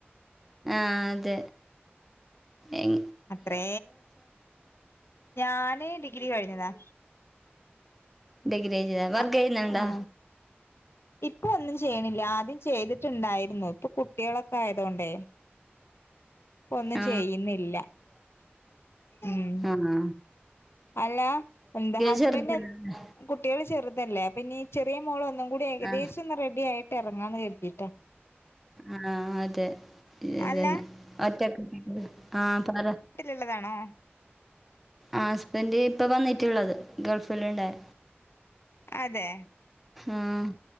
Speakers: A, in the centre; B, on the left (about 75°).
A: ആഹ് അതെ എൻ
B: അത്രേ ഞാന് ഡിഗ്രി കഴിഞ്ഞതാ
A: ഡിഗ്രി കഴിഞ്ഞതാ വർക്ക്
B: ആഹ്
A: ചെയ്യുന്നുണ്ടോ
B: ഇപ്പൊ ഒന്നും ചെയ്യണില്ല ആദ്യം ചെയ്തിട്ടുണ്ടായിരുന്നു ഇപ്പൊ കുട്ടികളൊക്കെ ആയതുകൊണ്ടേ ഒന്നും
A: ആ
B: ചെയ്യുന്നില്ല ഉം
A: ആഹ്
B: അല്ലാഎന്താ ഹസ്ബന്റ്
A: ചെറുതല്ലേ
B: കു കുട്ട്യാള് ചെറുതല്ലേ പിന്നെ ഈ ചെറിയ മോള് ഒന്നും കൂടി ഏകദേശം
A: ആ
B: ഒന്ന് റെഡി ആയിട്ട് ഇറങ്ങാന്ന് കരുതിയിട്ടാ.
A: ആഹ് അതെ ഇതന്നെ
B: അല്ല
A: ഒറ്റക്ക ആഹ് പറ.
B: വീട്ടിലുള്ളതാണോ
A: ആഹ് ഹസ്ബൻഡ് ഇപ്പൊ വന്നിട്ടുള്ളത് ഗൾഫിൽണ്ടായ
B: അതെ
A: ആഹ്